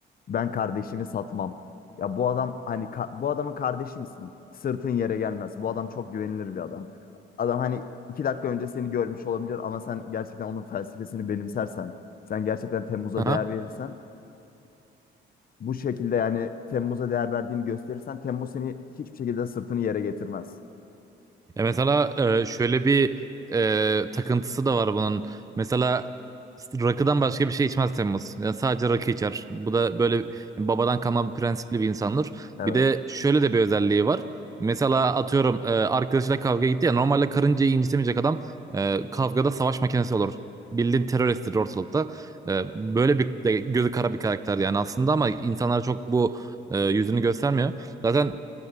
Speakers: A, on the left; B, on the right.
A: Ben kardeşimi satmam. Ya bu adam hani ka- bu adamın kardeşi misin? Sırtın yere gelmez. Bu adam çok güvenilir bir adam. Adam hani iki dakika önce seni görmüş olabilir ama sen gerçekten onun felsefesini benimsersen, sen gerçekten Temmuz'a
B: Aha.
A: değer verirsen bu şekilde yani Temmuz'a değer verdiğini gösterirsen Temmuz seni hiçbir şekilde sırtını yere getirmez.
B: Ya mesela e, şöyle bir e, takıntısı da var bunun. Mesela rakıdan başka bir şey içmez Temmuz. Yani sadece rakı içer. Bu da böyle yani babadan kalma bir prensipli bir insandır.
A: Evet.
B: Bir de şöyle de bir özelliği var. Mesela atıyorum e, arkadaşıyla kavga gitti ya normalde karıncayı incitemeyecek adam e, kavgada savaş makinesi olur. Bildiğin teröristtir ortalıkta. E, böyle bir de gözü kara bir karakter yani aslında ama insanlar çok bu e, yüzünü göstermiyor. Zaten